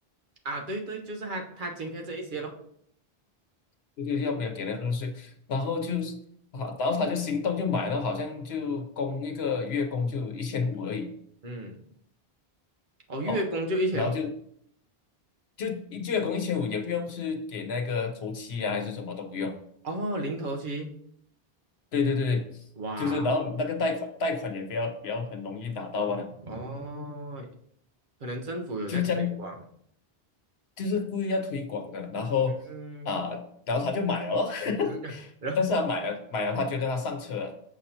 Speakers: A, on the right; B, on the left.
A: 啊？对对，就是他他津贴这一些咯。
B: 对对，又没有给那个入税，然后就是啊，然后他就心动就买了，好像就供一个月供就一千五而已。
A: 嗯，哦，月供就一千五，
B: 哦。然后就就一月工一千五，也不用是给那个头期啊，还是什么都不用。
A: 哦，零头期，
B: 对对对对，
A: 哇，
B: 就是然后那个贷款贷款也不要不要很容易拿到啊，
A: 哦，可能政府有在推广。
B: 就这样，就是故意要推广的。然后啊、
A: 嗯，
B: 然后他就买了咯 <laughs>
A: 嗯，然后
B: 但是他买了买了，他觉得他上车了。